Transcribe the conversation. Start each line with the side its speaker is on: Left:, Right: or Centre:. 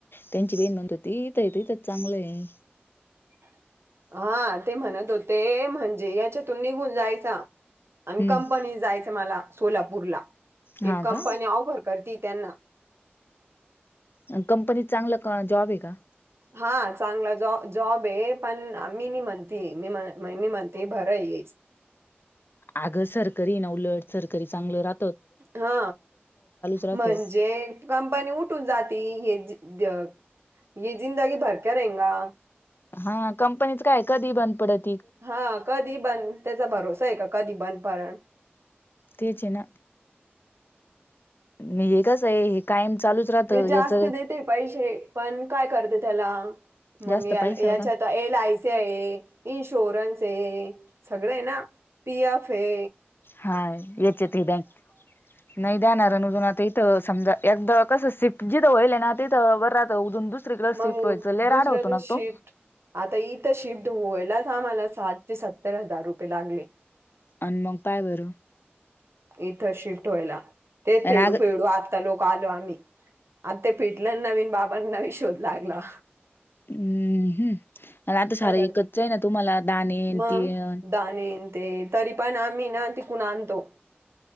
Left: त्यांची बहिण म्हणत होती तथय त इथंच चांगलं आहे
Right: <inaudible> हा ते म्हणत होते म्हणजे याच्यातून निघून जायचा आणि
Left: हम्म
Right: कंपनी जायच मला सोलापूरला
Left: हा
Right: एक कंपनी
Left: का
Right: ऑफर करती त्यांना
Left: कंपनीत चांगला का जॉब आहे का?
Right: हा चांगला जाॅ जॉब आहे पण मी नाही म्हणत मी मी म्हणते भर आहे येच
Left: आगं सरकारी ना उलट सरकरी चांगलं राह
Right: हा
Left: राहतं
Right: म्हणजे कंपनी उठ न जाती मी जिंदगी भर करेंगा.
Left: हा कंपनीच काय कधीही बंद पडेल.
Right: हा कधी बंद त्याचा भरोसा आहे का कधी बंद पण
Left: तेच आहे ना म हे कस आहे कायम चालूच राहतं
Right: ते जास्त
Left: याच
Right: देते पैसे पण काय करते त्याला मग
Left: जास्त
Right: या
Left: पैशाल
Right: याच्यात
Left: का
Right: ए लायसे आहे इन्शोरन्स हे सगळे ना पी एफ हे
Left: हा याचेेत बँक नाही जाणार अजून आता इथं समजा एकदा कसं सिफ्ट जिथं होईल ना तिथं बरं <unintelligible>
Right: मग
Left: शिफ्ट व्हायचं लय राडा
Right: दुसरं
Left: होतो ना
Right: शिफ्ट
Left: तो
Right: आता इथं शिफ्ट होयलच आम्हाला साठ ते सत्तर हजार रुपये लागले.
Left: आणि मग पाय बरं.
Right: इथं शिफ्ट व्हायला तेच फेडू
Left: आणि अग
Right: फेडू आ ता लोक आलो आम्ही आता ते फिटलं नवीन बाबांना वी शोध लागला.
Left: हम्म हम्म आणि आता सारं
Right: काय करता
Left: ईकतच आहे ना तुम्हाला दाने येन
Right: मग
Left: ते येन
Right: दाणे ते तरी पण आम्ही ना तिकून आणतो